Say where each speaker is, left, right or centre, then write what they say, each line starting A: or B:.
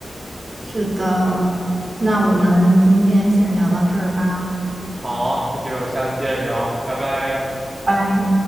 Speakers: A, on the right; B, on the right.
A: 是的，那我们今天先聊到这儿吧，
B: 好，那就下次接着聊，拜拜。
A: 拜。